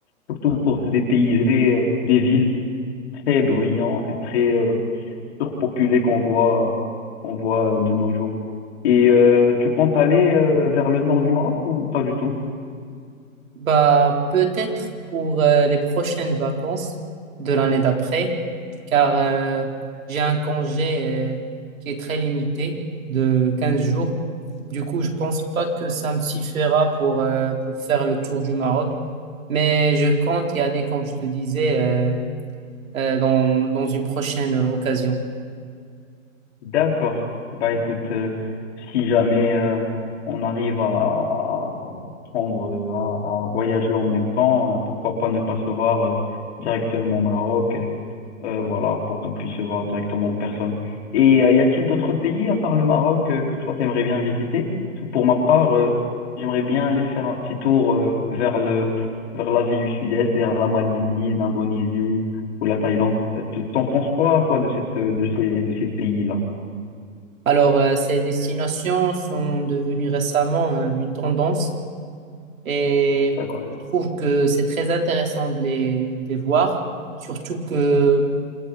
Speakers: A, on the left; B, on the right.
A: surtout pour se dépayser euh, des villes très bruyante et très euh, surpopulée qu'on voit, qu'on voit de nos jours. Et euh, tu comptes aller euh, vers le nord du Maroc ou pas du tout?
B: Bah, peut-être pour euh, les prochaines vacances de l'année d'après, car euh, j'ai un congé euh, qui est très limité de 15 jours. Du coup, je pense pas que ça me suffira pour, euh, pour faire le tour du Maroc, mais je compte y aller, comme je te disais, euh, euh, dans, dans une prochaine euh, occasion.
A: D'accord. Bah écoute, euh, si jamais euh, on arrive à, à prendre, euh, à, à voyager en même temps, euh, pourquoi pas ne pas se voir euh, directement au Maroc. euh, euh, voilà, pour qu'on puisse se voir directement en personne. Et euh, y a-t-il d'autres pays à part le Maroc euh, que toi t'aimerais bien visiter? Parce que pour ma part, euh, j'aimerais bien aller faire un petit tour euh, vers le vers l'Asie du Sud-Est, vers la Malaisie, l'Indonésie ou la Thaïlande. Euh, tu- T'en penses quoi, toi, de cette euh, de ces de ces pays-là?
B: Alors, euh, ces destinations sont devenues récemment euh, une tendance. Et
A: Je suis d'accord.
B: je trouve que c'est très intéressant de les, de les voir, surtout que